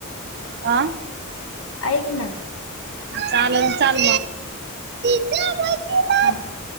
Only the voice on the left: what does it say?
ऐक ना,
हा.